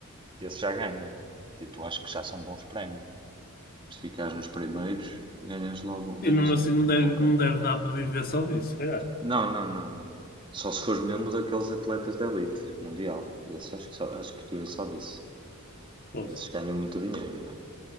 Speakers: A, on the right; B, on the left.
A: E esse já ganha. Tipo, acho que já são bons prémios. Se ficares nos primeiros, ganhas logo,
B: E
A: ganhas
B: mesmo assim
A: um
B: não deve,
A: bom prémio.
B: não deve dar para viver só disso, se calhar.
A: Não, não, não, não. Só se fores mesmo daqueles atletas de elite mundial. Esse acho que só, acho que vive só disso.
B: Posso.
A: Esses ganham muito dinheiro, já.